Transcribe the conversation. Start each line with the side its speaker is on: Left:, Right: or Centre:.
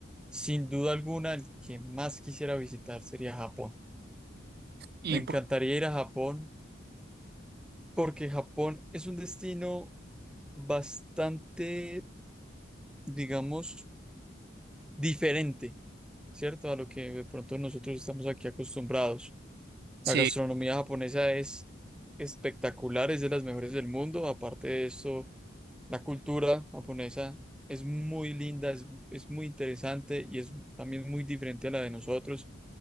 Centre: sin duda alguna el que más quisiera visitar sería Japón.
Right: Y
Centre: Me encantaría
Right: pues,
Centre: ir a Japón porque Japón es un destino bastante digamos, diferente, ¿cierto? A lo que de pronto nosotros estamos aquí acostumbrados.
Right: sí,
Centre: La gastronomía japonesa es espectacular, es de las mejores del mundo. Aparte de eso, la cultura japonesa es muy linda, es, es muy interesante y es también muy diferente a la de nosotros.